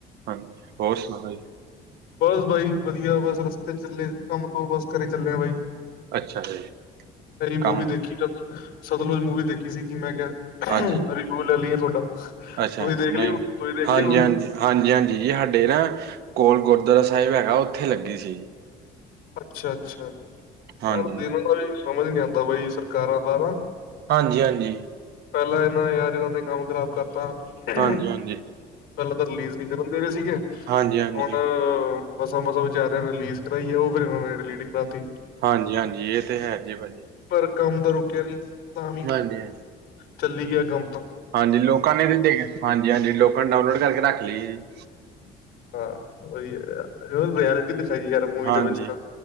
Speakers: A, on the right; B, on the left.
A: ਹਾਂਜੀ ਹੋਰ ਸੁਣਾਓ ਜੀ।
B: ਬਸ ਬਾਈ ਵਧੀਆ ਬਸ ਰਸਤੇ ਚੱਲੇ ਕੰਮ ਤੋਂ ਬਸ ਘਰੇ ਚੱਲੇ ਆ ਬਾਈ।
A: ਅੱਛਾ ਜੀ
B: ਸਹੀ
A: ਕੰਮ
B: ਮੂਵੀ ਦੇਖੀ ਜਾਉ ਸਤਲੁਜ ਮੂਵੀ ਦੇਖੀ ਸੀ, ਕਿ ਮੈਂ ਕਿਹਾ,
A: ਹਾਂਜੀ
B: ਰਿਵੀਉ ਲੈ ਲਈਏ ਤੁਹਾਡਾ
A: ਅੱਛਾ
B: ਤੁਸੀਂ ਦੇਖ ਲਈ,
A: ਨਹੀਂ
B: -ਤੁਸੀਂ ਦੇਖ
A: ਹਾਂਜੀ
B: ਲਈ ਮੂਵੀ‌‌?
A: ਹਾਂਜੀ- ਹਾਂਜੀ ਜੀ ਸਾਡੇ ਨਾ ਕੋਲ ਗੁਰਦੁਆਰਾ ਸਾਹਿਬ ਹੈਗਾ, ਉੱਥੇ ਲੱਗੀ ਸੀ।
B: ਅੱਛਾ- ਅੱਛਾ
A: ਹਾਂਜੀ
B: ਯਾਰ ਦਿਨਾਂ ਦਾ ਵੀ ਸਮਝ ਨਈ ਆਉਂਦਾ, ਬਾਈ ਸਰਕਾਰਾਂ ਬਾਰਾਂ
A: ਹਾਂਜੀ- ਹਾਂਜੀ।
B: ਪਹਿਲਾਂ ਇਹਨਾਂ ਨੇ, ਯਾਰੀਆਂ ਤੇ ਕੰਮ ਖ਼ਰਾਬ ਕਰ ਤਾ ਪਹਿਲਾਂ
A: ਹਾਂਜੀ ਹਾਂਜੀ
B: ਤਾਂ, ਰਿਲੀਜ਼ ਨਹੀਂ ਕਰਨ ਦੇ ਰਹੇ ਸੀਗੇ,
A: ਹਾਂਜੀ ਹਾਂਜੀ
B: ਹੁਣ ਮਸਾਂ- ਮਸਾਂ ਵਿਚਾਰਿਆਂ ਨੇ ਰਿਲੀਜ਼ ਕਰਾਈ ਏ, ਉਹ ਫਿਰ ਉਹਨਾਂ ਨੇ, ਡਿਲੀਟ ਕਰਾ ਤੀ।
A: ਹਾਂਜੀ ਹਾਂਜੀ ਇਹ ਤੇ ਹੈ ਜੀ ਭਾਜੀ
B: ਪਰ, ਕੰਮ ਤਾਂ ਰੁਕਿਆ ਨਈ, ਤਾਂ ਵੀ
A: ਹਾਂਜੀ
B: ਚੱਲੀ ਗਿਆ ਕੰਮ ਤਾਂ
A: ਹਾਂਜੀ, ਲੋਕਾਂ ਨੇ ਵੀ ਦੇਖ ਹਾਂਜੀ -ਹਾਂਜੀ ਲੋਕਾਂ ਨੇ, ਡਾਊਨਲੋਡ ਕਰਕੇ ਰੱਖ ਲਈ ਜੀ
B: ਹਾਂ, ਉਹੀ ਐ ਰਐਲਟੀ ਦਿਖਾਈ, ਯਾਰ ਮੂਵੀ
A: ਹਾਂਜੀ
B: ਦੇ ਵਿੱਚ ਤਾਂ,